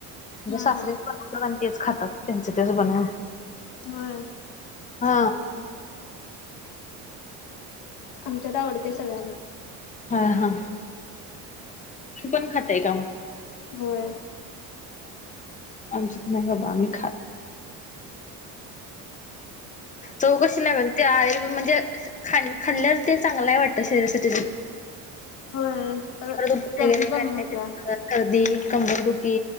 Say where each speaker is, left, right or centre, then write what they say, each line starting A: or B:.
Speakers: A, on the left (about 20°); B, on the left (about 75°).
A: म्हणजे
B: हा
A: सासरे
B: हा.
A: बन लण तेच खातात त्यांच तेच बनवून
B: होय.
A: हा
B: आमच्यात आवडते सगळ्यांना
A: हा हा तू पण खातय का
B: होय.
A: आमच्यात नाही बाबा आम्ही खातो. त कशी लागल आय म्हणजे. खा खाल्ल्यावर ते चांगलं आहे वाटतं शरीरासाठी.
B: होय अ
A: तुप
B: सर्दी
A: वगैरे
B: कमी होत्या.
A: करदी कंबल दुकी